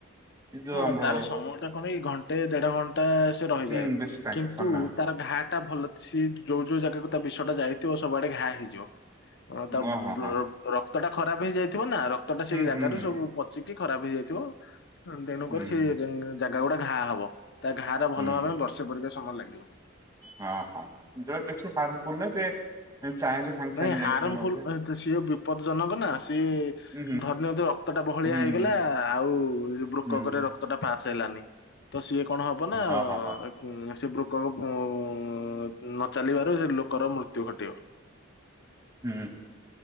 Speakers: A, on the right; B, on the left.
A: ଏ ଯୋଉ
B: ହଁ
A: ଆମର
B: ତାର ସମୟ ଟା କଣ ଏଇ ଘଣ୍ଟେ ଦେଢ ଘଣ୍ଟା ସେ ରହିଯାଏ
A: ହୁଁ ବେଶୀ ଟାଇମ
B: କିନ୍ କିନ୍ତୁ
A: ସମୟ ଉପରେ
B: ତାର ଘା ଟା ଭଲ ସେ ଯୋଉ ଯୋଉ ଜାଗାକୁ ତା ବିଷ ଟା ଯାଇଥିବ ସବୁଆଡେ ଘା ହେଇଯିବ। ହ ତା
A: ଓ
B: ବ୍ଲ
A: ହଁ ହଁ।
B: ରକ୍ତ ଟା ଖରାପ ହେଇଯାଇଥିବ ନା ରକ୍ତ ଟା
A: ହୁଁ
B: ସେଇ ଜାଗାରୁ
A: ହୁଁ ହୁଁ
B: ସବୁ ପ ଚିକି ଖରାପ ହେଇଯାଇଥିବ। ତେଣୁକରି
A: ହୁଁ
B: ସେ
A: ହୁଁ
B: ଯେଗ ଜାଗା ଗୁଡା ଘା ହବ ତା ଘାଆର
A: ହୁଁ
B: ଭଲ ହେବା ପାଇଁ ବର୍ଷେ ପରିକା ସମୟ ଲାଗିବ।
A: ହଁ ହଁ ଯେ ବେଶି ହାର୍ମଫୁଲ ନାହିଁ କେ ସେ ଚାହିଁଲେ। ସାଙ୍ଗେ ସାଙ୍ଗେ
B: ନାଇଁ ହାରମ
A: ଯାଇକିରି ମଧ୍ୟ
B: ଫୁଲ ତ ସିଏ ବିପଦ ଜନକ ନା ସିଏ
A: ହୁଁ ହୁଁ
B: ଧ ନିଅନ୍ତୁ ରକ୍ତ ଟା ବହଳିଆ
A: ହୁଁ
B: ହେଇଗଲା
A: ହୁଁ
B: ଆଉ ବୃକ
A: ହୁଁ
B: କରେ ରକ୍ତ ଟା ପାଶ ହେଲାନି। ତ ସିଏ କଣ ହବ ନା
A: ହଁ ହଁ ହଁ।
B: ଉଁ ସେ ବୃକକ ଉଁ ନ ଚାଲିବାରୁ ସେ ଲୋକର ମୃତ୍ୟୁ ଘଟିବ।
A: ହୁଁ